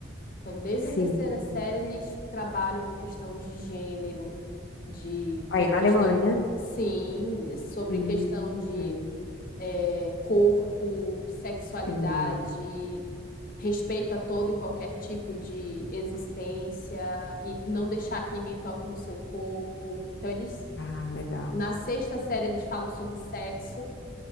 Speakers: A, on the left (about 45°); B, on the left (about 70°).
A: Então, desde
B: sim.
A: a terceira série, eles trabalham com questões de gênero, de
B: Aí
A: que- questão,
B: na Alemanha,
A: sim, sobre
B: uhum,
A: questão de é, corpo, sexualidade,
B: sim.
A: respeito a todo e qualquer tipo de existência e não deixar que ninguém toque no seu corpo. Então eles
B: Ah, legal.
A: na sexta série eles falam sobre sexo,